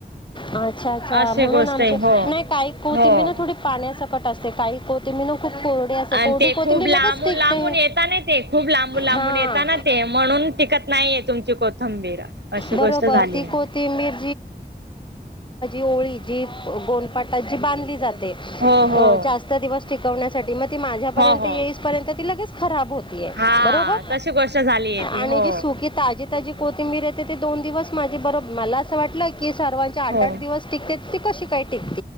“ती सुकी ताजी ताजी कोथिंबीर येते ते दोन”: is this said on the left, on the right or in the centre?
Left